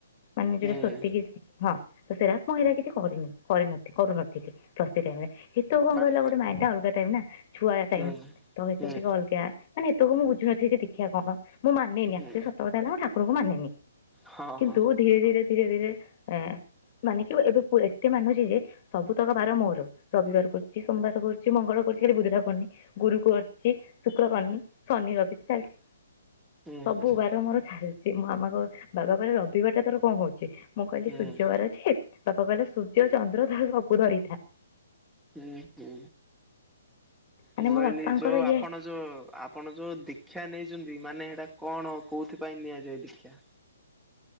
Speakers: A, on the left; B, in the centre.
A: ମାନେ ଯୋଉଟା
B: ହୁଁ।
A: ସ୍ୱସ୍ତିକିି ହଁ ତ ସେଇଟା ମୁଁ ହେରା କିଛି କରିନି କରିନଥିଲି କରୁନଥିଲି ପ୍ଳ ସେଇ ଟାଇମରେ ସେତେ ବେଳେ କଣ
B: ମାନେ
A: କହିଲ ଗୋଟେ ମାଇଣ୍ଡ ଅଲଗା ଟାଇମ ଛୁଆଳିଆ ଟାଇମ୍।
B: ହୁଁ
A: ସେତେବେଳକୁ
B: ହୁଁ
A: ଟିକେ ଅଲଗା ମାନେ ସେତେବେଳକୁ ମୁଁ ବୁଝୁନଥିଲି ଯେ ଦୀକ୍ଷା କଣ? ମୁଁ ମାନେନି
B: ହୁଁ
A: ଆକ୍ଚୁଆଲି ସତ କଥା ହେଲା ମୁଁ ଠାକୁରଙ୍କୁ ମାନେନି।
B: ହଁ।
A: କିନ୍ତୁ
B: ହଁ
A: ଧୀରେ ଧୀରେ ଧୀରେ ଧୀରେ ଅ ମାନି କି ଏବେ ଏତେ ମାନୁଛି ଯେ ସବୁତକ ବାର ମୋର। ରବିବାର କରୁଛି, ସୋମବାର କରୁଛି, ମଙ୍ଗଳ କରୁଛି, ଖାଲି ବୁଧ ଯାହା କରୁନି। ଗୁରୁ କରୁଛି ଶୁକ୍ର କରିନି ଶନି ରବି ଚାଲିଛି।
B: ହୁଁ
A: ସବୁ
B: ହୁଁ
A: ବାର ମୋର ଚାଲିଛି ମୋ ମାମା କ ବାବା କହିଲେ ରବିବାରଟା ତୋର କଣ ହଉଛି ମୁଁ କହିଲି
B: ହୁଁ ହୁଁ
A: ସୂର୍ଯ୍ୟ ବାର ଅଛି। ବାପା କହିଲେ ସୂର୍ଯ୍ୟ ଚନ୍ଦ୍ର ତାର ସବୁ ଧରିଥା।
B: ହୁଁ ହୁଁ
A: ମାନେ
B: ମୁଁ କହିଲି
A: ମୋ ବାପାଙ୍କର
B: ଯୋଉ
A: ଇଏ
B: ଆପଣ ଯୋଉ ଆପଣ ଯୋଉ ଦୀକ୍ଷା ନେଇଛନ୍ତି ମାନେ ହେଇଟା କଣ କୋଉଥି ପାଇଁ ନିଆଯାଏ ଦୀକ୍ଷା?